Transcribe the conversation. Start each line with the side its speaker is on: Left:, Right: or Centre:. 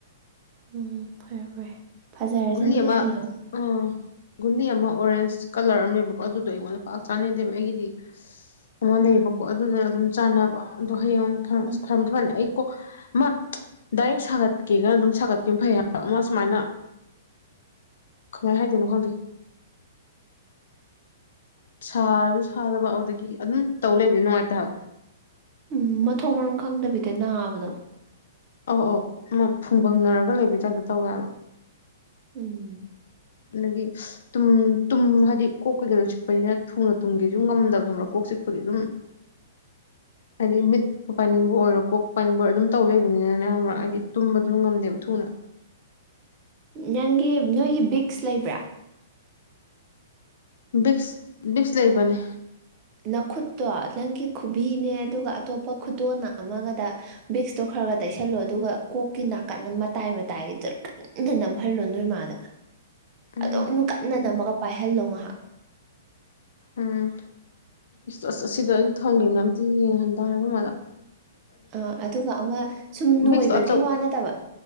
Right: ꯎꯝ ꯐꯔꯦ ꯐꯔꯦ ꯐꯖꯔꯁꯅꯤꯁꯦ
Left: ꯒꯨꯂꯤ ꯑꯃ
Right: ꯍꯌꯦꯡ
Left: ꯎꯝ ꯒꯨꯂꯤ ꯑꯃ ꯑꯣꯔꯦꯟꯖ ꯀꯂꯔ ꯑꯃ ꯂꯩꯌꯦꯕꯒꯣ ꯑꯗꯨꯗꯣ ꯑꯩꯉꯣꯟꯗ ꯄꯥꯛ ꯆꯥꯅꯗꯦꯕ ꯑꯩꯒꯤꯗꯤ ꯑꯃ
Right: ꯑꯥ
Left: ꯂꯩꯕꯀꯣ ꯑꯗꯨꯗ ꯑꯗꯨꯝ ꯆꯥꯅꯕ ꯑꯗꯣ ꯍꯌꯦꯡ
Right: ꯑꯥ
Left: ꯐꯃ ꯊꯝꯃꯂ ꯑꯩꯀꯣ ꯃꯥ ꯗꯥꯏꯔꯦꯛ ꯁꯥꯒꯠꯀꯦꯒꯅ ꯑꯗꯨꯝ ꯁꯥꯒꯠꯀꯦꯅ ꯐꯩ ꯍꯥꯏ ꯃꯥ ꯁꯨꯃꯥꯏꯅ ꯀ ꯍꯥꯏꯗꯤꯅ ꯍꯪꯗꯤ ꯁꯥꯔꯁꯨ ꯁꯥꯗꯕ ꯑꯗꯨꯗꯒꯤ ꯑꯗꯨꯝ ꯇꯧ ꯂꯩꯕꯁ ꯅꯨꯡꯉꯥꯏꯇꯕ
Right: ꯎꯝ ꯃꯊꯣꯡ ꯃꯔꯣꯡ ꯈꯪꯗꯕꯤꯗ ꯅꯥꯕꯗꯣ
Left: ꯑꯧ ꯑꯧ ꯃꯥ ꯐꯨꯡꯕꯪꯅꯔꯒ ꯂꯩꯕꯩ ꯇꯥꯏꯞꯇ ꯇꯧꯋꯦꯕ
Right: ꯎꯝ
Left: ꯑꯗꯒꯤ ꯇꯨꯝ ꯇꯨꯝ ꯍꯥꯏꯗꯤ ꯀꯣꯛ ꯀꯩꯀꯩꯩꯅꯣ ꯆꯤꯛꯄꯅꯤꯅ ꯊꯨꯅ ꯇꯨꯝꯒꯤꯁꯨ ꯉꯝꯗꯕ ꯊꯣꯝꯕ꯭ꯔꯥ ꯀꯣꯛ ꯆꯤꯛꯄꯒꯤ ꯑꯗꯨꯝ ꯑ ꯃꯤ ꯄꯥꯅꯤꯡꯕ ꯑꯣꯏꯔꯣ ꯀꯣꯛ ꯄꯥꯅꯤꯡꯕ ꯑꯣꯏꯔꯣ ꯑꯗꯨꯝ ꯇꯧ ꯂꯩꯕꯅꯤꯅ ꯅꯪꯛ ꯍꯥꯏꯗꯤ ꯇꯨꯝꯕꯗꯨ ꯉꯝꯗꯦꯕ ꯊꯨꯅ
Right: ꯅꯪꯒꯤ ꯅꯣꯏꯒꯤ ꯕꯤꯛꯁ ꯂꯩꯕ꯭ꯔꯥ
Left: ꯕꯤꯛꯁ ꯕꯤꯛꯁ ꯂꯩꯕꯅꯦ
Right: ꯅꯈꯨꯠꯇꯣ ꯅꯪꯒꯤ ꯈꯨꯕꯤꯅꯦ ꯑꯗꯨꯒ ꯑꯇꯣꯞꯄ ꯈꯨꯗꯣꯟꯅ ꯑꯃꯒꯗ ꯕꯤꯛꯁꯇꯣ ꯈꯔ ꯈꯔ ꯇꯩꯁꯜꯂꯣ ꯑꯗꯨꯒ ꯀꯣꯛꯀꯤ ꯅꯥꯀꯟ ꯃꯇꯥꯏ ꯃꯇꯥꯏꯒꯤꯗ ꯀꯟꯅ ꯅꯝꯍꯜꯂꯣ ꯅꯣꯏꯃꯗ
Left: ꯎꯝ
Right: ꯑꯗꯨꯝ ꯀꯟꯅ ꯅꯝꯃꯒ ꯄꯥꯏꯍꯜꯂꯣ ꯉꯥꯏꯍꯥꯛ
Left: ꯎꯝ ꯑꯁꯤꯗ ꯑꯩꯅ ꯊꯝꯈꯤꯕꯅ ꯑꯝꯇ ꯌꯦꯡꯍꯟ ꯇꯔꯦꯀ ꯃꯥꯗ
Right: ꯑꯥ ꯑꯗꯨꯒ ꯑꯃ ꯁꯨꯝ ꯅꯣꯏꯕꯒꯤ
Left: ꯚꯤꯛꯁꯇꯣ ꯑꯆꯧ
Right: ꯋꯥ ꯅꯠꯇꯕ